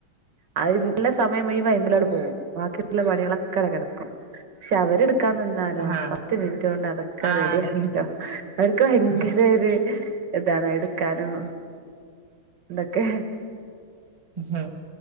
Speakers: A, on the right; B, on the right.
A: ആഹ് ള്ള സമയം മുയ്‌വനും ഐമലങ്ങട്ട് പോവും ബാക്കിള്ള പണ്യാളൊക്കെ അവടെ കടക്കും ക്ഷെഅവര്ട് ക്കാൻ നിന്നാലോ
B: ആഹ്
A: പത്ത് മിന്റ്റൊണ്ടതൊക്കെ
B: ആഹ്
A: റെഡ്യാക്കീറ്റ്ണ്ടാവും
B: അതെ
A: അവര്ക്ക് ഭയങ്കര ഒര് താണ് എട്ക്കാനും ന്തക്കെ
B: മ്മ്